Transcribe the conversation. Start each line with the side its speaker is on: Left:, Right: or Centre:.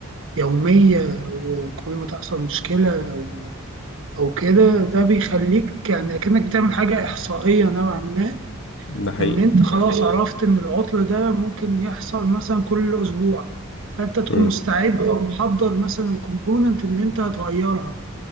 Right: يوميه وكل ما تحصل مشكله او او كده ده بيخليك يعني كأنك بتعمل حاجه احصائيه نوعا ما
Left: ده حقيقي
Right: ان انت خلاص عرفت ان العطل ده ممكن يحصل مثلا كل اسبوع فانت تكون
Left: امم
Right: مستعد او محضر مثلا الكومبوننت اللي انت هتغيرها